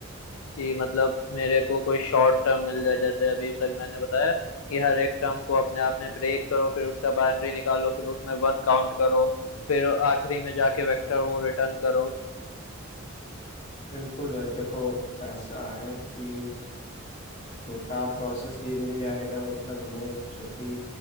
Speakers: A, on the left; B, on the left.
A: कि मतलब मेरे को कोई शॉर्ट टर्म मिल जाए जैसे अभी तक मैंने बताया कि हर एक टर्म को अपने आप में ब्रेक करो फिर उसका बाउंड्री निकालो फिर उसमें वन काउंट करो फिर आखिरी में जाके वेक्टर वो रिटर्न करो
B: बिल्कुल भाई देखो ऐसा है कि छोटा प्रोसेस भी मिल जाएगा मतलब हमें छोटी